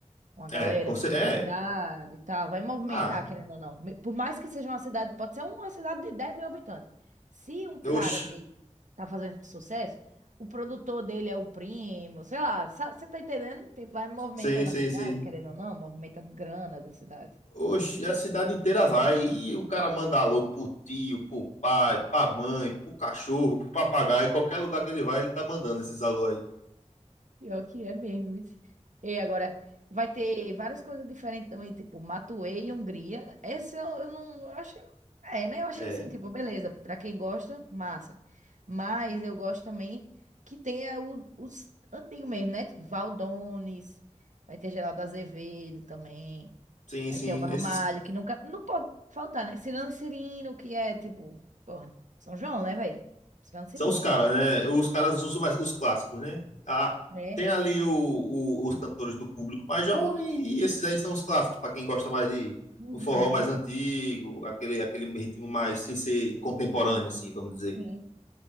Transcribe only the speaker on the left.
É, com
cer- é.
Ah,
oxe.
Sim, sim,
sim.
Oxe, a cidade inteira vai. E o cara manda alô pro tio, pro pai, pra mãe, pro cachorro, pro papagaio. Qualquer lugar que ele vai, ele tá mandando esses alô aí.
É,
sim,
sim.
Esses
são os caras, né? Os caras usam mais os clássicos, né? Ah,
tem ali o- o- os cantores do público mais jovem e esses aí são os clássicos, pra quem gosta mais de
um forró mais antigo, aquele, aquele ritmo mais sem ser contemporâneo, assim, vamos dizer.